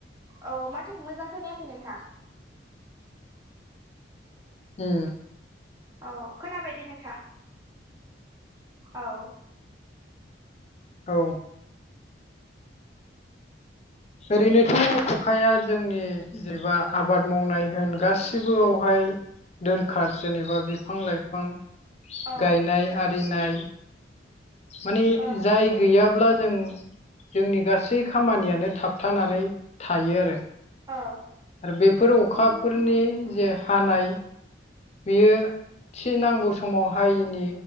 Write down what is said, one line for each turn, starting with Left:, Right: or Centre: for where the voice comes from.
Right: औ माथोखौ मोजां खोनायाखै नोंथां
Left: ओम
Right: औ खोनाबायदे नोंथां औ
Left: औ ओरैनोथ अखाया जोंनि जेबा आबाद मावनाय होन गासिबोआवहाय दोरखार जेनेबा बिफां लाइफां
Right: औ
Left: गायनाय आरिनाय माने
Right: औ
Left: जाय गैयाब्ला जों जोंनि गासै खामानियानो थाबथानानै थायो आरो
Right: औ
Left: आरो बेफोर अखाफोरनि जे हानाय बेयो थि नांगौ समाव हायिनि